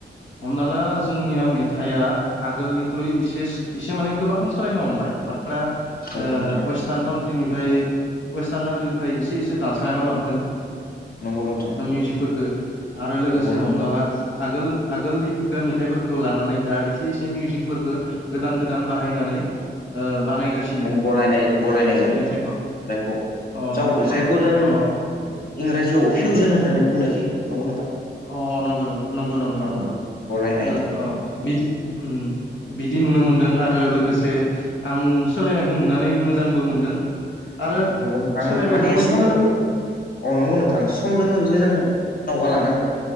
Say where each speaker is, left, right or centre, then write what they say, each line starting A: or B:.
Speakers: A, on the left (about 80°); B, on the left (about 50°).
A: हमना ला जोंनिया मेथाइआ आगोलनिख्रुइ एसे एसे माने गोबां सोलायनो हमबाय मानोना
B: औ नोंथां
A: ओ वेस्टार्न काउन्ट्रि निफ्राय वेस्टार्न काउन्ट्रि निफ्राय एसे एसे दानस्लायना लाबोदों
B: नंगौ नोंथां
A: मिउजिकफोरखो आरो लोगोसे
B: नंगौ
A: हमनाला
B: नोंथां
A: आगोल आगोलनि खुगा मेथाइफोरखौ लानानै दा एसे एसे मिउजिकफोरखो गोदान गोदान बाहायनानै ओ बानायगासिनो
B: गलायनाय गलायनाय जादों।
A: मेथाइखौ
B: जायखौ
A: अ अ
B: जायखौ जों
A: अ
B: इंराजियाव
A: अ
B: फिउजन होननानै बुंनाय जायो। नंगौ नोंथां
A: अ नंगौ नंगौ नंगौ नंगौ
B: औ
A: नंगौ नंगौ
B: गलायनाय
A: मोजां ओ बिदि अम बिदि नुनो मोनदों आरो लोगोसे आं सोलायनायखौ नुनानै मोजांबो मोनदों। आरो
B: नंगौ नोंथां
A: सोलायबाय
B: माने
A: थाबाबो
B: समजों
A: जा
B: औ नंगौ नोंथां समजों लोगोसे जों दावगालांनांगोन